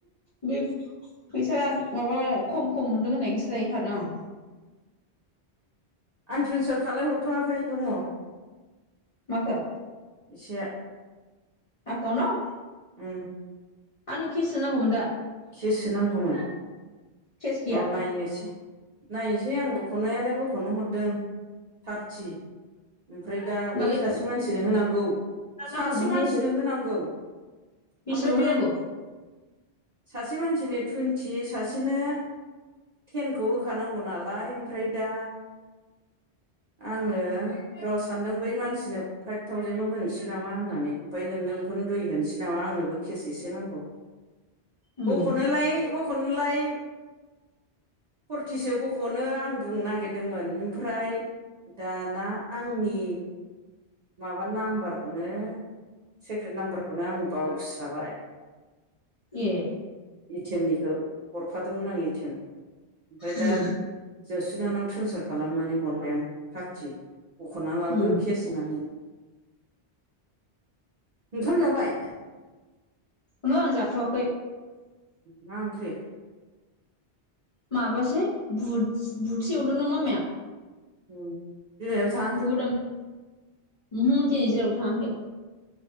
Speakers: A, on the left; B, on the right.
A: बे फैसा माबा खम खम मोनदों होननायखायसो लायहोखादों आं।
B: आं ट्रेन्सफार खालामलायहरथ'वाखै दंङ'।
A: माखो?
B: फैसाया
A: एकाउन्टाव?
B: उम
A: आंनो केससो नांगौमोन दा।
B: खेससो नांगौमोन
A: केस गैया
B: र' नायनोसै नायनोसै आं बख'नायालाय बख'नो हरदों थारथि ओमफ्राय दा
A: होमबालाय
B: ओइ सासे मानसिनो होनांगौ सासे
A: नांगौमोनहाय
B: मानसिनो होनांगौ
A: बेसेबां
B: ओमफ्राय बे
A: होनांगौ?
B: सासे मानसिनो टुइन्टि सासेनो टेनखौ होखानांगौ नालाय ओमफ्राय दा आङो र' सानदों बै मानसिनो फाइभ थावजेनल' होनोसै नामा होननानै। ओमफ्राय नोंनो बेखौनो दुइ होनोसै नामा आंनोबो केस एसे नांगौ।
A: उम
B: बख'नोलाय बख'नोलाय फरथिसो बख'नो आं बुंनो नागिरदोंमोन ओमफ्राय दाना आंनि माबा नाम्बारखौनो सेक्रेट नाम्बारखौनो आं बावस्राबाय
A: ए
B: एटिएम निखौ हरफादोंमोन आं एटिएम ओमफ्राय दा
A: उम
B: जसिनानाव ट्रेन्सफार खालामनानै हरबाय आं थारटि बख'ना लाबो
A: उम
B: केेस होनानै, ओंखाम जाबाय?
A: ओंहो आं जाथ'वाखै
B: मा ओंख्रे?
A: माबासोहाय बुटसो एवदोंदां मामाया
B: उम <unintelligible>
A: बुदाम उमहो दिनै जेराव थाङाखै